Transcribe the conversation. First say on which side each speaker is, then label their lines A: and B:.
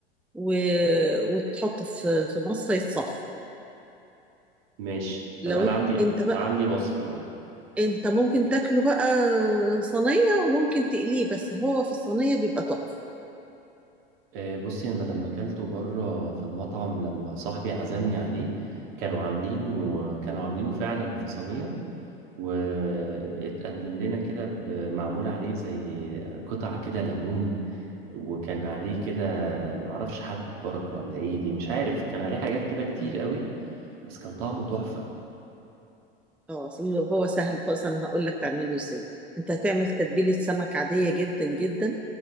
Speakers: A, in the centre; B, on the right.
A: و... وتحطه في في مصفى يتصفى
B: ماشي تمام
A: لو
B: أنا عندي
A: انت بقى
B: عندي مصفى أهو.
A: انت ممكن تاكله بقى صينيه وممكن تقليه بس هو في الصينيه بيبقى تحفه
B: آه بصي أنا لما أكلته بره في المطعم لما صاحبي عزمني عليه كانوا عاملينه كانوا عاملينه فعلا في صينية واتقدم لنا كده ب- معمول عليه زي قطع كده ليمون وكان عليه كده معرفش حبة بركة ولا ايه دي مش عارف كان عليه حاجات كده كتير
A: مم.
B: قوي بس كان طعمه تحفة
A: اه اصل هو سهل خالص انا هقول لك تعمله ازاي انت هتعمل تتبيله سمك عاديه جدا جدا